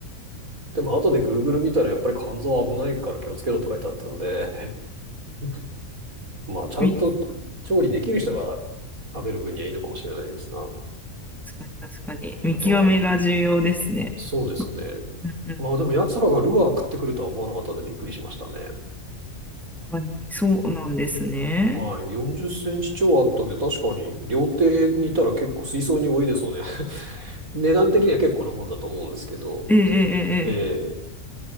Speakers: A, on the right (about 75°); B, in the centre.
A: でも後で Google 見たらやっぱり肝臓危ないから気をつけろって書いてあったんで、<laughs> まあちゃんと調理できる人が
B: み確
A: 食べる分にはいいのかもしれないですが、
B: かに、確かに。見極めが重要ですね。
A: はい。そうですね。
B: うんうん、
A: まあでも奴らがルアー食ってくるとは思わなかったんでびっくりしましたね。
B: 確かに。そうなんですね。
A: はい。40センチ超あったんで、確かに料亭にいたら結構水槽に泳いでそうね。<laughs> 値段的には結構なもんだと思うんですけど。
B: ええええ
A: ええ